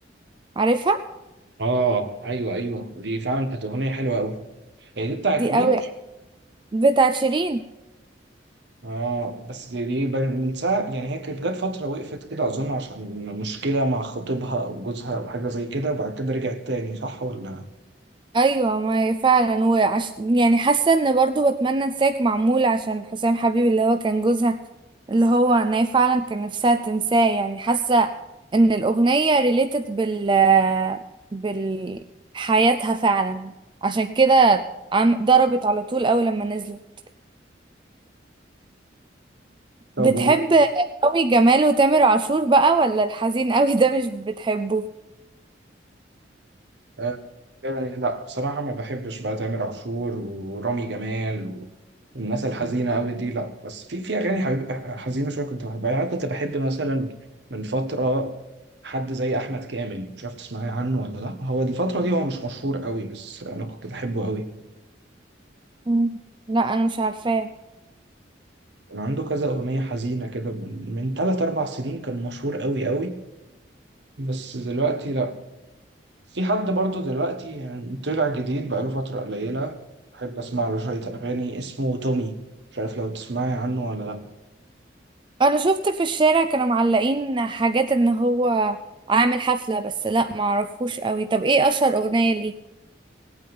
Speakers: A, on the right; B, on the right.
A: عارفها
B: اه ايوه ايوه دي فعلا كانت اغنية حلوة قوي هي دي بتاعت
A: دي قوي
B: مين؟
A: بتاعت شيرين
B: اه بس دي, دي بن- من ساعة يعني هي كانت جت فترة وقفت كده اظن عشان مشكلة مع خطيبها او جوزها او حاجة زي كده وبعد كده رجعت تاني صح ولا؟
A: ايوه ما هي فعلا وعش... يعني حاسه ان برضه بتمنى انساك معمول عشان حسام حبيب اللي هو كان جوزها اللي هو ان هي فعلا كان نفسها تنساه يعني حاسه ان الاغنيه ريليتد بال بال حياتها فعلا عشان كده عم ضربت على طول اول لما نزلت
B: طب
A: بتحب قوي جمال وتامر عاشور بقى ولا الحزين قوي ده مش بتحبه
B: آه، آه، لا بصراحة ما بحبش بقى تامر عاشور ورامي جمال و- والناس الحزينة قوي دي لا بس في في أغاني حبيب- حزينة شوية كنت بحبها يعني أنا كنت بحب مثلا من فترة حد زي أحمد كامل مش عارف تسمعي عنه ولا لا هو الفترة دي هو مش مشهور قوي بس أنا كنت بحبه قوي
A: مم. لا انا مش عارفاه
B: كان عنده كذا أغنية حزينة كده من من تلات أربع سنين كان مشهور قوي قوي بس دلوقتي في حد برضو دلوقتي يعني طلع جديد بقاله فترة قليلة بحب أسمع له شوية أغاني اسمه تومي مش عارف لو تسمعي عنه ولا لأ
A: انا شفت في الشارع كانوا معلقين حاجات ان هو عامل حفلة بس لا معرفهوش قوي طب ايه اشهر اغنية ليه